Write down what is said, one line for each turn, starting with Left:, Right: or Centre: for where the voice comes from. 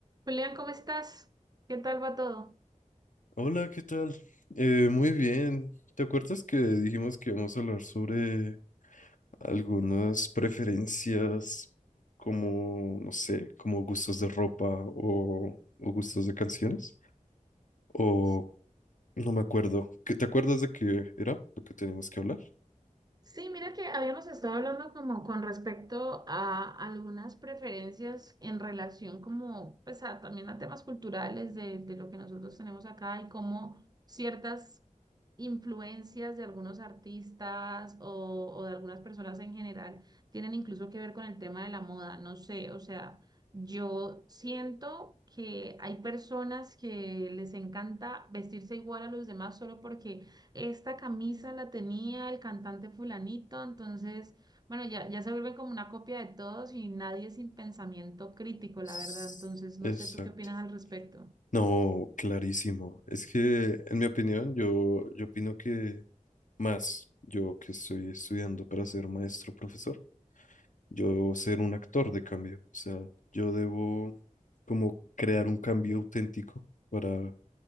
Right: Julián, ¿cómo estás? ¿Qué tal va todo?
Left: Hola, ¿qué tal? Eh, muy bien. ¿Te acuerdas que dijimos que íbamos a hablar sobre algunas preferencias como, no sé, como gustos de ropa o, o gustos de canciones? O
Right: Sí.
Left: no me acuerdo. ¿Qué- ¿Te acuerdas de qué era lo que teníamos que hablar?
Right: Sí, mira que habíamos estado hablando como con respecto a algunas preferencias en relación como pues a- también a temas culturales de, de lo que nosotros tenemos acá y cómo ciertas influencias de algunos artistas o, o de algunas personas en general tienen incluso que ver con el tema de la moda. No sé, o sea, yo siento que hay personas que les encanta vestirse igual a los demás solo porque esta camisa la tenía el cantante fulanito, entonces, bueno, ya, ya se vuelve como una copia de todos y nadie sin pensamiento crítico, la
Left: S-
Right: verdad. Entonces, no
Left: Exacto.
Right: sé tú qué opinas al respecto.
Left: No, clarísimo. Es que, en mi opinión, yo, yo opino que más, yo que estoy estudiando para ser maestro profesor. yo ser un actor de cambio. O sea, yo debo como crear un cambio auténtico para